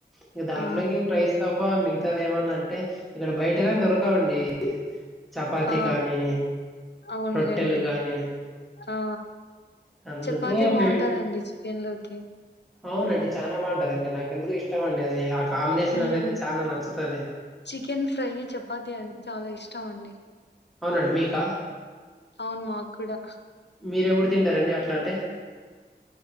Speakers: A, in the centre; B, on the left.
A: ఇంక దాంట్లోకి
B: ఆ
A: ఇంక రైస్ తప్ప మిగతాది ఏమన్నా అంటే ఇక్కడ బయట గాని దొరకవండి. చపాతి
B: ఆ,
A: కానీ
B: అవునులే
A: రొట్టెలు
B: అండి
A: కానీ.
B: ఆ
A: అందుకె
B: చపాతి బాగుంటదండి
A: మేం.
B: చికెన్ లోకి
A: అవునండి చానా బాగుంటదండి నాకెందుకు ఇష్టమండి అది ఆకల్. కాంబినేషన్
B: ఉమ్
A: అనేది చానా నచ్చుతది.
B: చికెన్ ఫ్రై చపాతి అంటే చాలా ఇష్టం అండి.
A: అవునండి మీకా.
B: అవును మాక్ కూడా.
A: మీరేపుడు తింటారండి అట్లా అంటే.